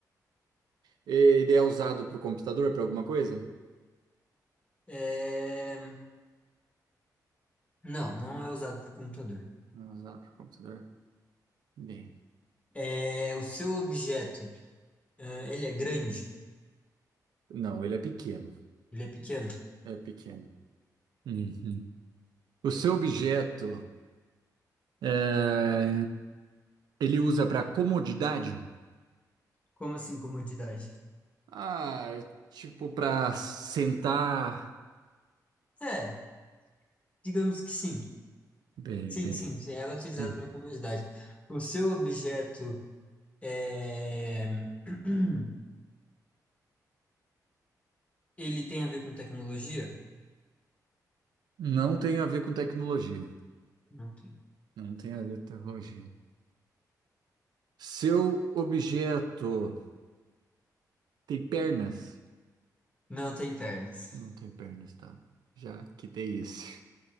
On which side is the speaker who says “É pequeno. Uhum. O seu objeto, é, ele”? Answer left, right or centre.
Right